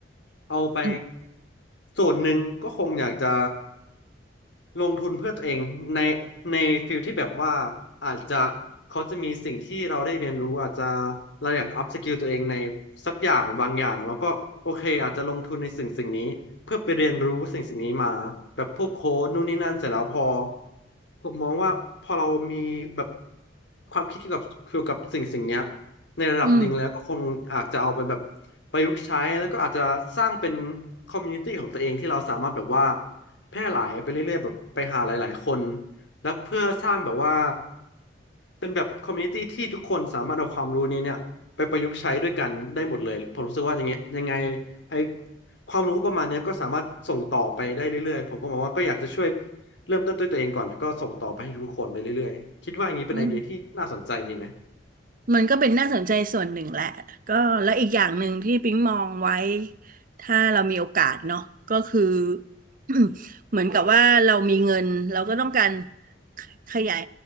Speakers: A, on the left; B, on the right.
A: เอาไป
B: อื
A: ส่วนหนึ่งก็คงอยากจะ ลงทุนเพื่อตัวเองในในฟิลที่แบบว่าอาจจะเขาจะมีสิ่งที่เราได้เรียนรู้อาจจะเราอยากอัพสกิลตัวเองในสักอย่างบางอย่างแล้วก็โอเคอาจจะลงทุนในสิ่งสิ่งนี้เพื่อไปเรียนรู้สิ่งสิ่งนี้มาแบบพวกโค้ดนู่นนี่นั่นเสร็จแล้วพอผมมองว่าพอเรามีแบบความคิดเกี่ยวกับเกี่ยวกับสิ่งสิ่งเนี้ยในระดับหนึ่งแล้วก็คงอาจจะเอาไปแบบ
B: ม
A: ประยุกต์ใช้แล้วก็อาจจะสร้างเป็นคอมมูนิตี้ของตัวเองที่เราสามารถแบบว่า แพร่หลายไปเรื่อยๆแบบไปหาหลายๆคนแล้วเพื่อสร้างแบบว่าเป็นแบบคอมมูนิตี้ที่ทุกคนสามารถเอาความรู้นี้เนี่ยไปประยุกต์ใช้ด้วยกันได้หมดเลยผมรู้สึกว่าอย่างเงี้ยยังไงไอความรู้ประมาณเนี้ยก็สามารถส่งต่อไปได้เรื่อยๆผมก็มองว่าก็อยากจะช่วยเริ่มต้นด้วยตัวเองก่อนแล้วก็ส่งต่อไปให้ทุกคนไปเรื่อยๆคิดว่าอย่างนี้เป็นไอเดียที่น่าสนใจดีไหม
B: อืม มันก็เป็นน่าสนใจส่วนหนึ่งแหละก็แล้วอีกอย่างหนึ่งที่ปิ๊งมองไว้ถ้าเรามีโอกาสเนาะก็คือ <clears throat> เหมือนกับว่าเรามีเงินเราก็ต้องการขขยาย